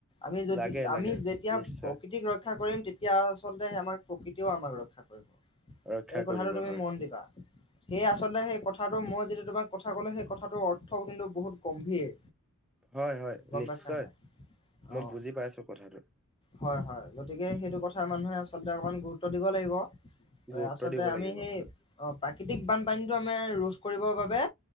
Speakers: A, on the left; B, in the centre.
A: আমি যদি,
B: লাগে লাগে
A: আমি যেতিয়া
B: নিশ্চয়
A: প্ৰকৃতিক ৰক্ষা কৰিম তেতিয়া আচলতে আমাৰ, প্ৰকৃতিও আমাক ৰক্ষা কৰিব,
B: ৰক্ষা
A: এই কথাটো
B: কৰিব
A: তুমি
B: হয়
A: মন দিবা। সেই আচলতে সেই কথাটো মই যেতিয়া তোমাক কথা ক'লো, সেই কথাটো অৰ্থ কিন্তু, বহুত গম্ভীৰ।
B: হয় হয়
A: গম
B: নিশ্চয়
A: পাইছা নাই।
B: মই
A: অ',
B: বুজি পাইছো কথাটো।
A: হয় হয়, গতিকে সেইটো কথা মানুহে আচলতে অকমান গুৰুত্ব দিব লাগিব। অ
B: গুৰুত্ব
A: আচলতে
B: দিব
A: আমি
B: লাগিব
A: সেই,
B: হয়
A: অঁ, প্ৰাকৃতিক বানপানীটো আমি ৰোধ কৰিবৰ বাবে